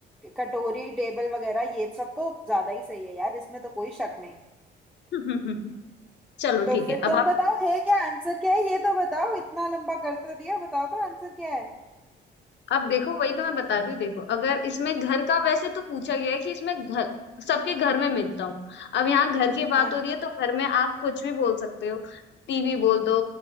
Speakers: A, in the centre; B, on the left.
A: कटोरी टेबल वगैरह ये सब तो ज्यादा ही सही है यार इसमें तो कोई शक नहीं
B: <laughs> चलो
A: तो
B: ठीक
A: फिर
B: है अब
A: तुम बताओ है क्या आंसर क्या है ये तो बताओ इतना लंबा कर तो दिया बताओ तो आंसर क्या है
B: अब देखो वही तो मैं बता रही हूँ देखो अगर इसमें घर का वैसे तो पूछा गया है कि इसमें घर सबके घर में मिलता हूँ अब यहाँ घर की बात
A: हाँ।
B: हो रही है तो घर में आप कुछ भी बोल सकते हो टीवी बोल दो